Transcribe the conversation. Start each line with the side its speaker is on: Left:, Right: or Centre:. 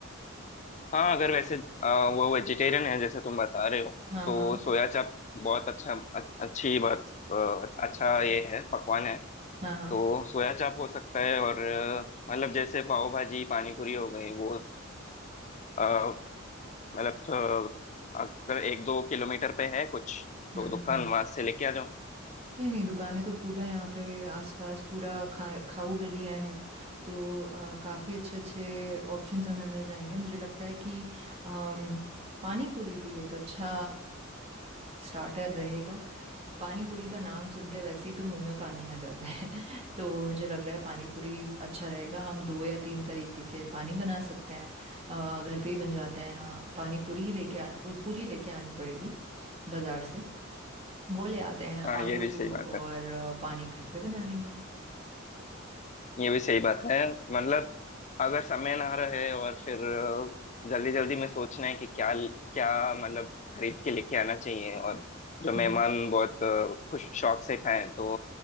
Left: हाँ अगर वैसे आ, वो वेजिटेरियन है जैसे तुम बता रहे हो
Right: हाँ
Left: तो
Right: हाँ
Left: सोया चाप बहुत अच्छा अ- अच्छी बात अ, अच्छा ये है पकवान है
Right: हाँ हाँ
Left: तो सोया चाप हो सकता है और अ, मतलब जैसे पाव भाजी पानी पूरी हो गई वो मतलब मतलब तो अगर एक दो किलोमीटर पे है कुछ तो
Right: हम्म
Left: दुकान
Right: हम्म
Left: वहां से लेके आ जाओ
Right: नहीं नहीं दुकानें तो खूब हैं यहाँ पे आसपास पूरा खा खाऊ गलियाँ हैं तो अ, काफ़ी अच्छे अच्छे ऑप्शंस हमें मिल जाएंगे मुझे लगता है कि अम, पानी पूरी भी एक अच्छा स्टार्टर रहेगा पानी पूरी का नाम सुनते वैसे ही तो मुंह में पानी आ जाता है <laughs> तो मुझे लग रहा है पानी पूरी अच्छा रहेगा हम दो या तीन तरीके के पानी बना सकते हैं अ, घर पे ही बन जाते हैं हाँ पानी पूरी ही लेके आनी वो पूरी लेके आनी पड़ेगी बाजार से वो ले आते हैं आलू
Left: हाँ ये भी सही बात
Right: और
Left: है
Right: अ, पानी घर पे बना लेंगे
Left: ये भी सही बात है मतलब अगर समय ना रहे और फिर जल्दी जल्दी में सोचना है कि क्या क्या मतलब खरीद के लेके आना चाहिए और जो मेहमान
Right: हम्म
Left: बहुत अ, खुश शौक से खाएं तो